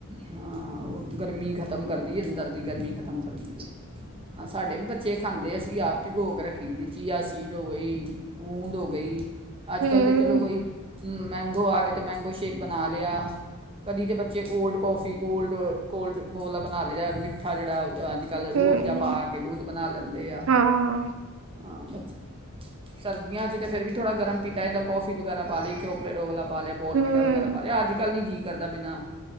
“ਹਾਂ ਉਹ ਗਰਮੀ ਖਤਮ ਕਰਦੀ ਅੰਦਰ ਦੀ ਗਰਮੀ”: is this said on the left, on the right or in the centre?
Right